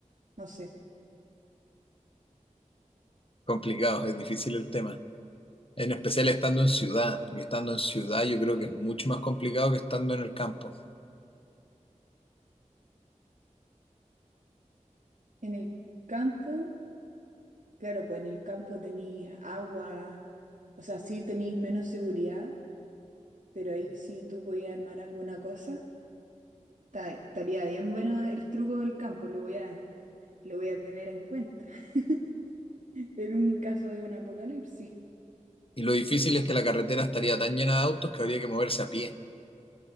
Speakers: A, on the right (about 70°); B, on the left (about 45°).
A: no sé.
B: Complicado, es difícil el tema. En especial estando en ciudad, porque estando en ciudad yo creo que es mucho más complicado que estando en el campo.
A: En el campo. Claro, pues en el campo tenéis agua, o sea, sí tenéis menos seguridad, pero ahí sí tú podías armar alguna cosa. ta- Estaría bien bueno el truco del campo, lo voy a, lo voy a tener en cuenta. <laughs> En un caso de un apocalipsis,
B: Y lo difícil es que la carretera estaría tan llena de autos que habría que moverse a pie.